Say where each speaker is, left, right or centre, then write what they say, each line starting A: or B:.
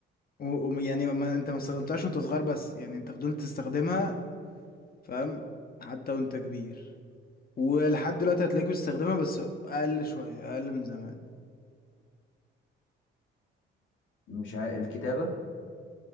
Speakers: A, on the left (about 50°); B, on the left (about 75°).
A: و... و... يعني ما... انت ما استخدمتهاش وانت صغير بس يعني انت فضلت تستخدمها فاهم حتى وانت كبير ولحد دلوقتي هتلاقيك بتستخدمها بس اقل شوية اقل من زمان
B: مش ع... الكتابة